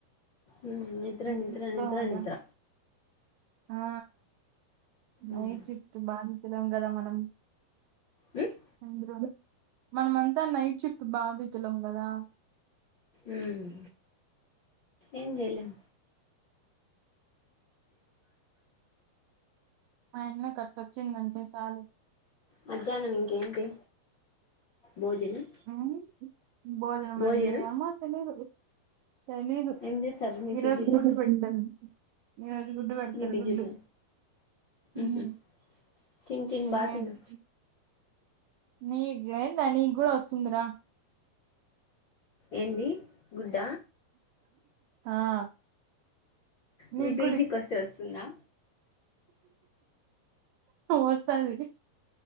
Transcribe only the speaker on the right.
తీసుకోవాల
ఆ నైట్
షిఫ్ట్ బాధితులం కదా మనం
అందులోను మనమంతా నైట్ షిఫ్ట్ బాధితులం గదా
ఆయన్నే కటొచ్చిందంటే చాలు
ఊమ్ భోజనమ
ఏమో తెలిదు తెలీదు
ఈరోజు
గుడు పెడం ఈ రోజ్ గుడ్ పెడతారు
గుడ్డు
ఊమ్
అన్నేసి
నీక్ లెంద నీ కూడా వసుందిరా
ఆ నీకు
వస్తాది